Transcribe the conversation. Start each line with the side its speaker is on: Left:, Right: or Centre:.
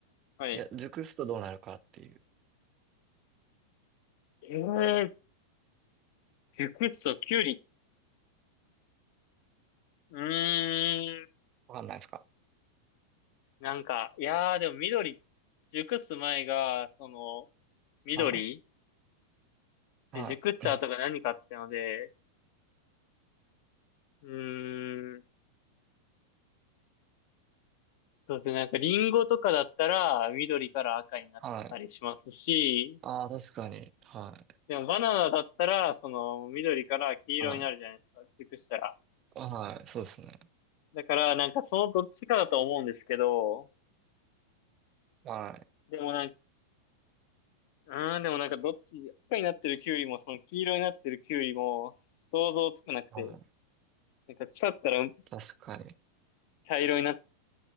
Left: はい。
Right: いや、熟すとどうなるかっていう、
Left: ええー、チクスト、キュウリ。うーん。
Right: わかんないですか
Left: なんか、いやーでも緑、熟す前が、その、緑
Right: はい、
Left: で、
Right: はい、
Left: 熟っちゃうとか何かってので、うーん、そうですね、なんかリンゴとかだったら、緑から赤になったりしますし、
Right: はい。ああ、確かに。はい、
Left: でもバナナだったら、その、緑から黄色になるじゃないですか、
Right: は
Left: 熟したら。
Right: い、はい、そうですね。
Left: だから、なんかそのどっちかだと思うんですけど、
Right: はい、
Left: でもなんか、うーん、でもなんかどっち、赤になってるキュウリも、その黄色になってるキュウリも、想像つかなくて、
Right: はい、
Left: なんか腐ったら
Right: 確かに。
Left: 茶色になっ